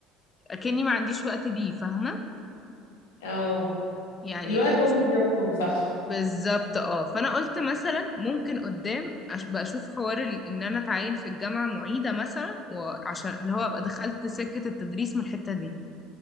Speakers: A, on the left; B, on the left.
A: اكني ما عنديش وقت ليه فاهمه
B: اه
A: يعني
B: الوقت هو
A: س-
B: اللي بيحكم صح
A: بالظبط اه فانا قلت مثلا ممكن قدام أش- بقى اشوف حوار ال- ان انا اتعين في الجامعه معيده مثلا وعشان اللي هو ابقى دخلت سكه التدريس من الحته دي